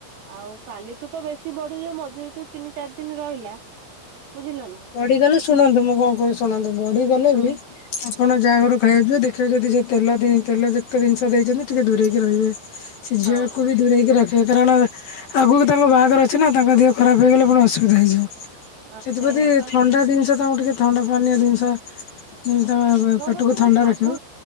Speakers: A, on the right; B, on the left.
A: ଆଉ କାଲିଠୁ ତ ବେଶୀ ବଢିଯିବ ମଝିରେ ଯୋଉ ତିନି ଚାରି ଦିନ ରହିଲା। ବୁଝିଲ ନା।
B: ବଢିଗଲେ ଶୁଣନ୍ତୁ ମୁଁ କଣ କୋହୁଚି ଶୁଣନ୍ତୁ ବଢିଗଲେ
A: ହଁ
B: ବି ଆପଣ ଯାହାଘରୁ ଖାଇବାକୁ ଯିବେ ସେ ଯଦି ତେଲ ତେଲ ଯେତେ ଜିନିଷ ଦେଇଚନ୍ତି ଟିକେ ଦୂରେକି ରହିବେ ସେ ଝିଅକୁ
A: ହଁ
B: ବି ଦୂରେଇକି ରଖିବେ। କାରଣ ଆଗକୁ ତାଙ୍କ ବାହାଘର ଅଛି ନା ତାଙ୍କ ଦେହ ଖରାପ ହେଇଗଲେ ପୁଣି ଅସୁବିଧା ହେଇଯିବ।
A: ଆମ୍
B: ସେଥିପ୍ରତି
A: ସେୟାପା
B: ଥଣ୍ଡା ଜିନିଷ ତାଙ୍କୁ ଟିକେ ଥଣ୍ଡା ପାନୀୟ ଜିନିଷ ଯେମିତି ତାଙ୍କ
A: ମୋ
B: ପେଟକୁ
A: ମତରେ
B: ଥଣ୍ଡା
A: ଶାଗୁ
B: ରଖିବ